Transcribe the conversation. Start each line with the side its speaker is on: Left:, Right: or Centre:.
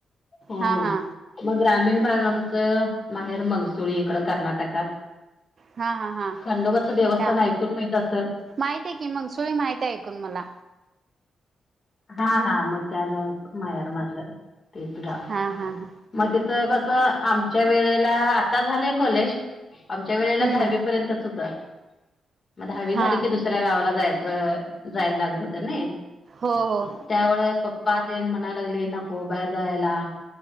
Left: हां.
Right: हा हा
Left: मग ग्रामीण भाग आमचं, माहेर मंगसुळी इकडं कर्नाटकातऽ
Right: हा हा हा
Left: खंडोबाचं देवस्थान
Right: त्या
Left: ऐकून माहित असेल,,
Right: माहित आहे की मंगसुळी माहती आहे ऐकून मला.
Left: हा, हा, मग त्या गावच मायर माझ,, तेच गावऽ
Right: हा हा हा
Left: मग तिथ कसं आमच्या वेळेल आता झालेय कॉलेज आमच्या वेळेला
Right: हम्म
Left: दहावी पर्यंतच होतं,, मग दहावी
Right: हा
Left: झाली की दुसऽ दुसऱ्या गावाला जायचं,, जायला लागत होत नाही.
Right: हो, हो,
Left: त्यामुळे पप्पा तेन म्हणायला लागले नको,, बाहेर जाायलाऽ